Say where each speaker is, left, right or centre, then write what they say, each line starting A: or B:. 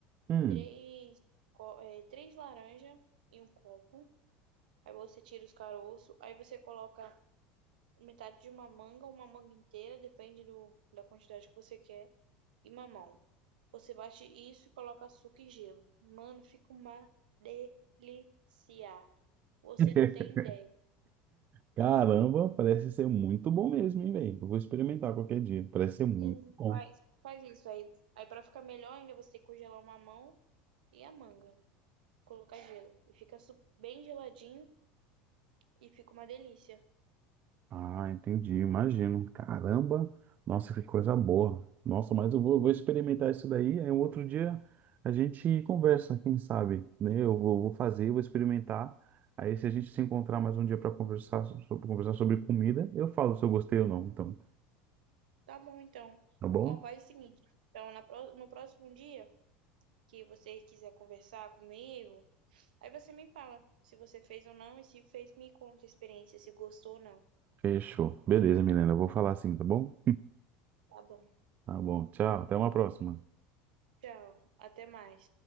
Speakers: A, on the right; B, on the right.
A: Hum.
B: três, co- é, três laranjas em um copo. Aí você tira os caroços. Aí você coloca metade de uma manga, uma manga inteira, depende do, da quantidade que você quer, e mamão. Você bate isso e coloca açúcar e gelo. Mano, fica uma delícia. Você
A: <laughs>
B: não tem ideia.
A: Caramba, parece ser muito bom mesmo, hein, velho? Eu vou experimentar qualquer dia. Parece ser muito
B: Sim,
A: bom.
B: faz, faz isso aí. Aí para ficar melhor ainda, você tem que congelar o mamão e a manga. colocar gelo. E fica su- bem geladinho e fica uma delícia.
A: Ah, entendi, imagino. Caramba, nossa, que coisa boa. Nossa, mas eu vou, eu vou experimentar isso daí. Aí um outro dia a gente conversa, quem sabe, né? Eu vou, vou fazer, eu vou experimentar. Aí se a gente se encontrar mais um dia para conversar, so- pra conversar sobre comida, eu falo se eu gostei ou não, então,
B: Tá bom, então.
A: tá bom?
B: Ó, faz o seguinte. Então, na pró- no próximo dia que você quiser conversar comigo, aí você me fala se você fez ou não e se fez, me conta a experiência, se gostou ou não.
A: Fechou. Beleza, Milena, eu vou falar assim, tá bom?
B: Tá bom.
A: Tá bom, tchau, até uma próxima.
B: Tchau. Até mais.